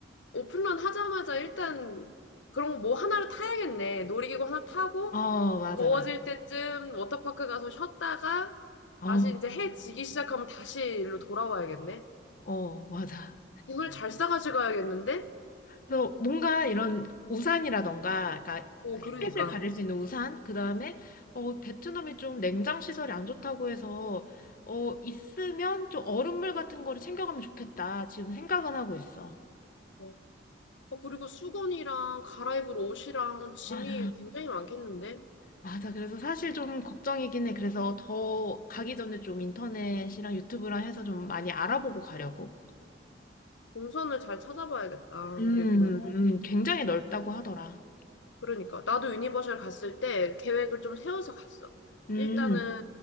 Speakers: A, on the left (about 80°); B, on the left (about 50°).
A: 오픈런 하자마자 일단 그런 거 뭐 하나를 타야겠네. 놀이기구 하나 타고
B: 어, 맞아.
A: 더워질 때쯤 워터파크 가서 쉬었다가
B: 어,
A: 다시 이제 해 지기 시작하면 다시 일로 돌아와야겠네.
B: 어, 맞아.
A: 짐을 잘 싸가지 가야겠는데?
B: 그래서 뭔가 이런 우산이라던가, 그러니까
A: 어, 그러니까.
B: 햇빛을 가릴 수 있는 우산, 그 다음에 어, 베트남이 좀 냉장 시설이 안 좋다고 해서 어, 있으면 좀 얼음물 같은 거를 챙겨가면 좋겠다. 지금 생각은 하고 있어.
A: 어. 어, 그리고 수건이랑 갈아입을 옷이랑 짐이
B: 맞아.
A: 굉장히 많겠는데?
B: 맞아. 그래서 사실 좀 걱정이긴 해. 그래서 더 가기 전에 좀 인터넷이랑 유튜브랑 해서 좀 많이 알아보고 가려고.
A: 동선을 잘 찾아봐야겠다.
B: 음,
A: 그리고.
B: 음, 굉장히 넓다고 하더라.
A: 그러니까 나도 유니버셜 갔을 때 계획을 좀 세워서 갔어.
B: 음,
A: 일단은